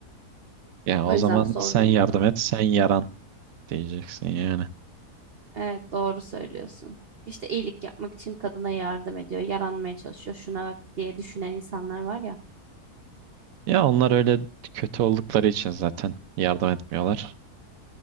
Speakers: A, on the right; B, on the right.
A: Ya o
B: O yüzden
A: zaman
B: sordum
A: sen yardım
B: bunu.
A: et, sen yaran diyeceksin yani.
B: Evet doğru söylüyorsun. İşte iyilik yapmak için kadına yardım ediyor, yaranmaya çalışıyor şuna bak diye düşünen insanlar var ya
A: Ya onlar öyle kötü oldukları için zaten yardım etmiyorlar.